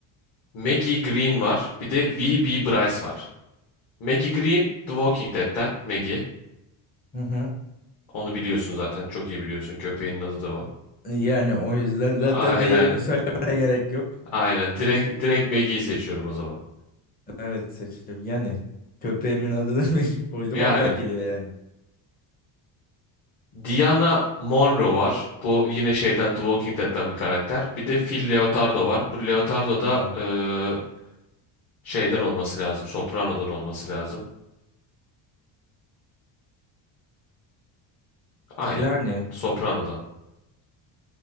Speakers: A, on the left; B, on the left.
A: Maggie Green var. Bir de V. B. Bryce var. Maggie Green The Walking Dead'ten Maggie.
B: Hı hı.
A: Onu biliyorsun zaten. Çok iyi biliyorsun. Köpeğinin adı da o.
B: Yani o yüzden
A: Aynen.
B: zaten diğerini söylemene gerek yok.
A: Aynen. Direkt, direkt Maggie'yi seçiyorum o zaman.
B: Evet seçtim. Yani köpeğimin adını <laughs> Maggie koydum
A: Yani
B: oradan geliyor yani.
A: Diana Monroe var. Bu yine şeyden The Walking Dead'ten bir karakter. Bir de Phil Leotardo var. Bu Leotardo
B: Tamam.
A: da ee, şeyden olması lazım. Soprano'dan olması lazım. Aynen.
B: Yani
A: Soprano'dan.